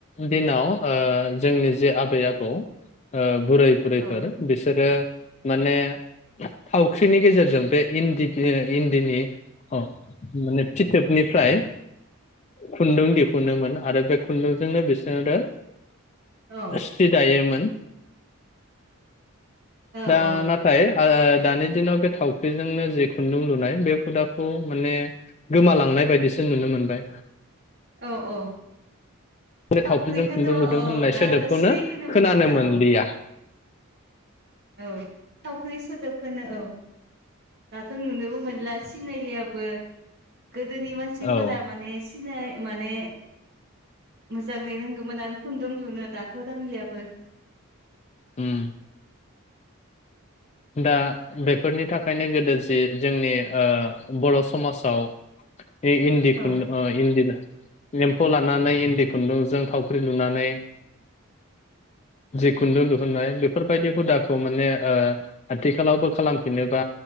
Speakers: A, on the left (about 30°); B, on the right (about 50°).
A: दिनाव ओ जोंनि जे आबै आबौ ओ बुराय बुरैफोर
B: औ
A: बिसोरो माने थावख्रिनि गेजेरजों बे इन्दिदो इन्दिनि औ माने फिथोबनिफ्राय खुन्दुं दिहुनोमोन आरो बे खुन्दुंजोंनो बिसोरो
B: औ
A: सि दायोमोन
B: औ
A: <unintelligible> दा
B: औ
A: नाथाय ओ दानि दिनाव बे थावख्रिजोंनो जि खुन्दुं लुनाय बे हुदाखौ माने गोमालांनाय बायदिसो नुनो मोनबाय
B: औ औ
A: बे
B: थावख्रिखौथ'
A: थावफिजों खुन्दुं
B: अ
A: लुदुं होननाय
B: दाथ'
A: सोदोबखौनो
B: सिनायखोनो
A: खोनानो
B: मोनला
A: मोनलिया
B: औ औ थावख्रि सोदोबखौनो औ दाथ नुनो मोनला सिनायलियाबो गोदोनि मानसिफोरा
A: औ
B: माने सिनाय माने मोजाङै रोंगौमोन आरो खुन्दुं लुनो दाथ रोंलियाबो
A: उम दा बेफोरनि थाखायनो गोदो जि जोंनि ओ बर समाजाव इ-इन्दि
B: औ
A: खुनदु अ इन्दि एम्फौ लानानै इन्दि खुन्दुंजों थावख्रि लुनानै जि खुन्दुं दिुहुननाय बेफोरबायदि हुदा खौ माने ओ आथिखालावबो खालामफिनोबा